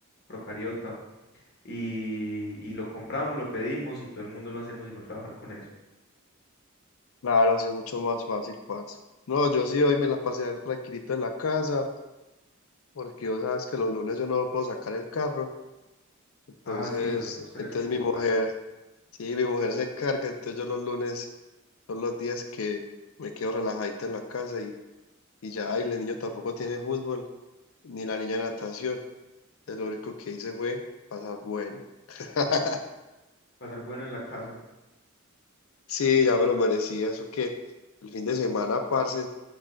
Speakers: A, on the left (about 50°); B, on the left (about 75°).
A: procariota. Y, y lo compramos, lo pedimos y todo el mundo no hacemos sino trabajar con eso.
B: Claro, así es mucho más fácil, parce. No, yo sí hoy me la pasé tranquilito en la casa, porque vos sabes que los lunes yo no puedo sacar el carro, entonces,
A: Ah, sí, se vos tenés
B: entonces
A: pico
B: mi
A: y
B: mujer,
A: placa.
B: sí, mi mujer se encarga, entonces yo los lunes son los días que me quedo relajadito en la casa y, y ya, y el niño tampoco tiene fútbol, ni la niña natación, entonces lo único que hice fue pasar bueno. <laughs>
A: Pasar bueno en la casa.
B: Sí, ya me lo merecía. Eso que el fin de semana, parce,